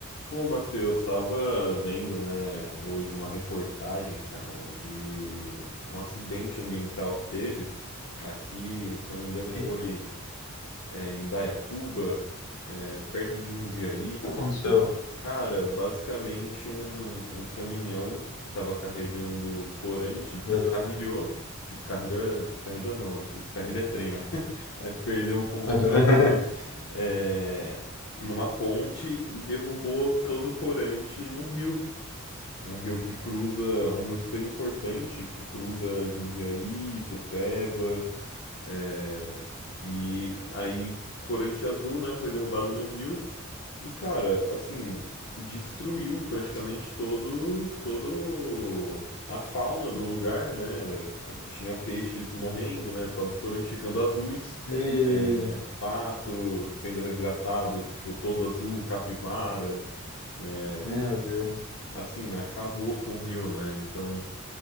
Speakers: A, on the left; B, on the left.
A: Pô, Matheus, tava vendo, né, hoje uma reportagem, cara, de um acidente ambiental que teve aqui, se não me engano, foi
B: Eita, o
A: é, em Dayatuba, é, perto de Jundiaí.
B: que aconteceu?
A: Cara, basicamente um, um caminhão que estava carregando corante descarrilhou.
B: Uhum.
A: Descarrilhou, é- descarrilhou não, né? Que descarrilho é trem, né? <laughs> Mas perdeu o controle,
B: <laughs>
A: né? É, numa ponte e derrubou todo o corante num rio. Um rio que cruza, um rio super importante que cruza Jundiaí, Itupeva, é, e aí corante azul, né? Foi derrubado no rio. E, cara, assim, destruiu praticamente todo, todo a fauna do lugar, né? Tinha peixes morrendo, né? Por causa do corante ficando azuis.
B: E,
A: É, pato sendo resgatado, tipo, todo azul, capivara. é,
B: meu Deus.
A: assim, acabou com o rio, né? Então,